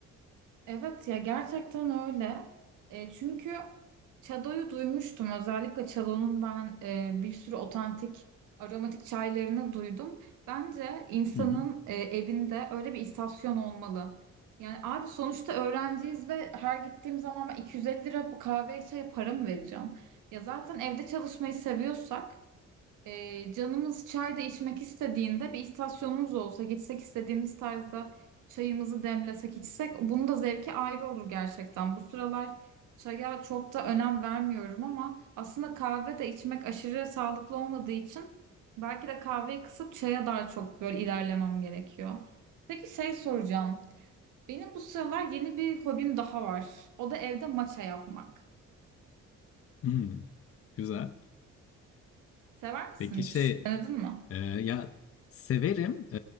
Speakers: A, on the right; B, on the left.
A: Evet ya gerçekten öyle. E, çünkü Çado'yu duymuştum. Özellikle Çado'nun ben e, bir sürü otantik aromatik çaylarını duydum. Bence insanın
B: Hı hı.
A: e, evinde öyle bir istasyon olmalı. Yani abi sonuçta öğrenciyiz ve her gittiğim zaman ben 250 lira bu kahve çaya para mı vereceğim? Ya zaten evde çalışmayı seviyorsak ee, canımız çay da içmek istediğinde bir istasyonumuz olsa gitsek istediğimiz tarzda çayımızı demlesek içsek bunun da zevki ayrı olur gerçekten. Bu sıralar çaya çok da önem vermiyorum ama aslında kahve de içmek aşırı sağlıklı olmadığı için belki de kahveyi kısıp çaya daha çok böyle ilerlemem gerekiyor. Peki şey soracağım. Benim bu sıralar yeni bir hobim daha var. O da evde maça yapmak.
B: Hmm, güzel.
A: Sever misin
B: Peki şey
A: hiç? Denedin mi?
B: e, ya severim.